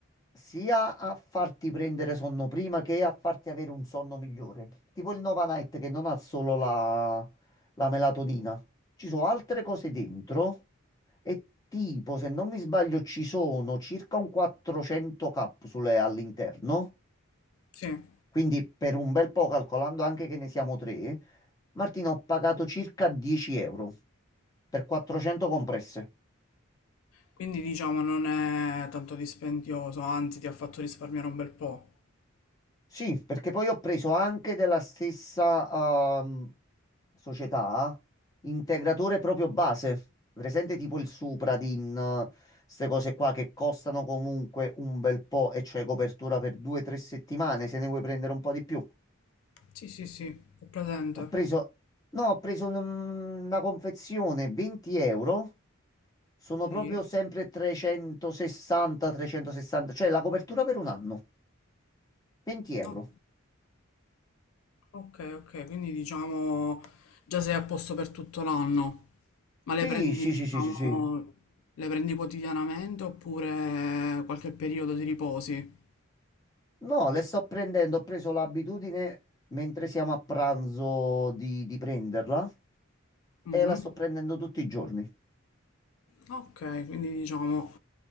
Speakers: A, on the left; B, on the left.
A: sia a farti prendere sonno prima che a farti avere un sonno migliore. Tipo il Nova Night che non ha solo la, la melatonina. Ci sono altre cose dentro e tipo, se non mi sbaglio, ci sono circa un 400 capsule all'interno.
B: Sì.
A: Quindi per un bel po', calcolando anche che ne siamo tre, Martino, ho pagato circa 10 euro per 400 compresse.
B: Quindi diciamo non è tanto dispendioso, anzi ti ha fatto risparmiare un bel po'.
A: Sì, perché poi ho preso anche della stessa ehm, società integratore proprio base, presente tipo il Supradin, queste cose qua che costano comunque un bel po' e c'è copertura per due o tre settimane se ne vuoi prendere un po' di più.
B: Sì, sì, sì, ho presente.
A: Ho preso, no, ho preso un- una confezione 20 euro, sono proprio
B: Sì.
A: sempre 360, 360, cioè la copertura per un anno, 20 euro.
B: No. Ok, ok, quindi diciamo già sei a posto per tutto l'anno, ma
A: Sì,
B: le prendi,
A: sì,
B: diciamo,
A: sì, sì, sì, sì.
B: le prendi quotidianamente oppure qualche periodo di riposi?
A: No, le sto prendendo, ho preso l'abitudine mentre siamo a pranzo di, di prenderla
B: Mhm.
A: e la sto prendendo tutti i giorni.
B: Ok, quindi diciamo